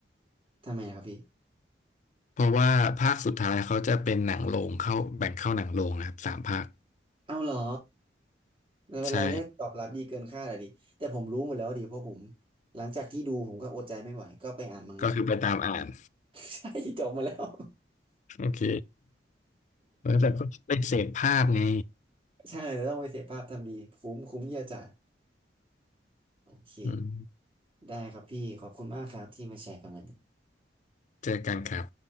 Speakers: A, on the right; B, on the left.
A: ทำไมนะครับพี่
B: เพราะว่าภาคสุดท้ายเขาจะเป็นหนังโรงเข้าแบ่งเข้าหนังโรงนะครับสามภาค
A: เอาเหรอมันเป็นอะไรายได้ตอบรับดีเกินคาดอะดิแต่ผมรู้หมดแล้วอะดิเพราะผม
B: ใช่
A: หลังจากที่ดูผมก็อดใจไม่ไหวก็ไปอ่านมังงะ
B: ก็คือไปตามอ่าน
A: <laughs> ใช่จบมาแล้ว
B: โอเคแล้วแต่ก็ไปเสพภาพไง
A: ใช่เดี๋ยวต้องไปเสพภาพทำดีคุ้มคุ้มที่จะจ่ายโอเค
B: อืม
A: ได้ครับพี่ขอบคุณมากครับที่มาแชร์กันวันนี้
B: เจอกันครับ